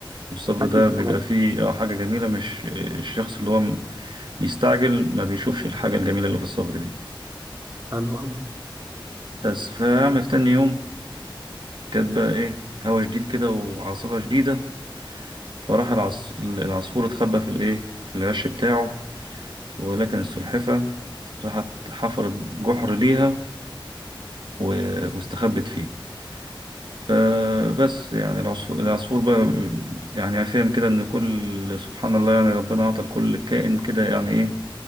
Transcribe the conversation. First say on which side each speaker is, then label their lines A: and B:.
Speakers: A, on the right; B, on the right.
A: والصبر
B: اكيد
A: ده بيبقى
B: طبعا
A: فيه آه، حاجة جميلة مش الشخص اللي هو م- بيستعجل ما بيشوفش الحاجة الجميلة اللي في الصبر دي
B: حلوه قوي
A: بس فيعمل في تاني يوم كانت بقى ايه هوا شديد كده وعاصفة شديدة فراح العص... العصفور اتخبى في الايه في العش بتاعه ولكن السلحفة راحت حفرت جحر ليها و- واستخبت فيه فبس يعني العصفور, العصفور بقى يعني فاهم كده ان كل سبحان الله يعني ربنا اعطى لكل كائن كده يعني ايه